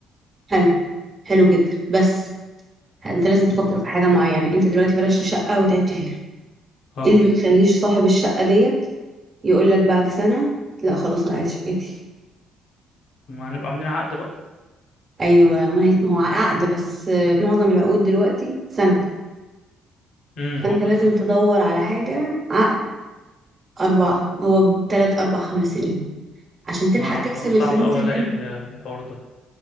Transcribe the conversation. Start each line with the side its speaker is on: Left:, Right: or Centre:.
Right: حلو حلو جدا بس انت لازم
Left: بالظبط
Right: تفكر في حاجة معينة انت دلوقتي فرشت شقة وتعبت فيها
Left: اه
Right: ايه اللي ما يخليش صاحب الشقة ديت يقول لك بعد سنة لا خلاص انا عايز شقتي
Left: ما هنبقى عاملين عقد بقى
Right: ايوه ما هي ما هو عقد بس معظم العقود دلوقتي سنة
Left: امم
Right: فانت
Left: اه بالظبط
Right: لازم تدور على حاجة عقد اربع هو تلات اربع خمس سنين عشان تلحق
Left: ما
Right: تكسب
Left: لو صعب
Right: الفلوس
Left: أوي
Right: اللي
Left: ألاقي
Right: انت
Left: ال- الحوار ده